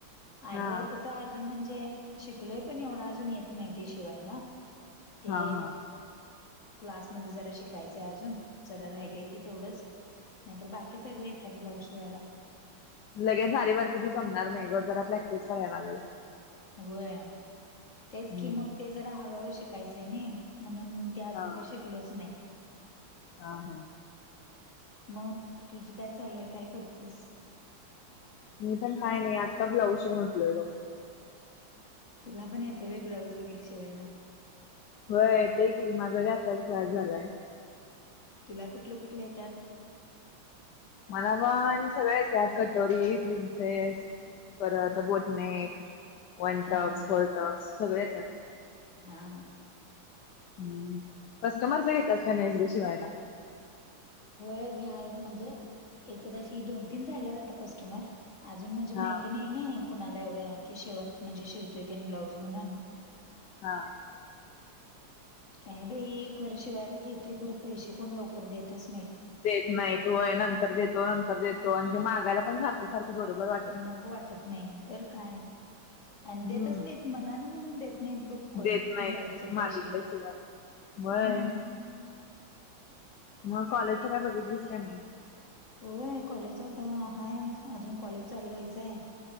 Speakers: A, on the left; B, on the left.
A: आरीवर्कचा
B: हा
A: अजून म्हणजे शिकलोय पण एवढा अजून येत नाही ते शिवायला ते
B: हा हा
A: क्लासमध्ये जरा शिकायचंय अजून जरा राहिले ते तेवढच नाहीतर बाकी ते सगळे येतात ब्लाऊज शिवायला
B: लगेच अरी वर्कच जमणार नाही ग जरा प्रॅक्टिस करायला लागलं.
A: होय तेच
B: हम्म.
A: कि मग ते जरा हळूहळू शिकायचंय ना म्हणून ते अजून
B: हा
A: काही शिकलोच नाही.
B: हा हा
A: मग तुझं काय चालू हाय काय करतीस?
B: मी पण काय नाही आत्ता ब्लाऊशी शिवून बसलोय बघ
A: तुला पण येतं होय ब्लाऊज वगैरे शिवायला.
B: होय येत की माझा आताच क्लास झालाय.
A: तुला कुठले कुठले येतात?
B: मला पण सगळं येतात कटोरी प्रिन्सेस परत बोटनेक वन
A: हा
B: टक्स
A: हा
B: फोर टक्स सगळे येतात.
A: हा हा
B: हम्म कस्टमरच घेतल्यास का नाहीस ग शिवायला?
A: होय घ्या म्हणजे एक तशी दोन तीन झाल्यात आता कस्टमर. अजून म्हणजे
B: हा
A: माहिती नाही ना कुणाला एवढं की शिव म्हणजे शिवतो ते ब्लाऊज म्हणून
B: हा
A: काय बाई खरं शिवायला घेतोय खरं पैसे कोण लवकर देतच नाहीत.
B: देत नाही होय नंतर देतो नंतर देतो आणि ते मागायला पण सारखं सारखं ते सारखं बरोबर वाटतं
A: नको वाटतं नाही तर काय आणि
B: हम्म
A: देतच नाहीत मनान म्हणून देत नाहीत बघ. कोण
B: देत नाहीत
A: ब्लाऊजच पैसेे
B: मागितल्याशिवाय. व्हय.
A: हम्म
B: मग कॉलेजच्या काय बघितलीस का नाही?
A: होय कॉलेज आता हाय अजून कॉलेज चालू व्हायचंय.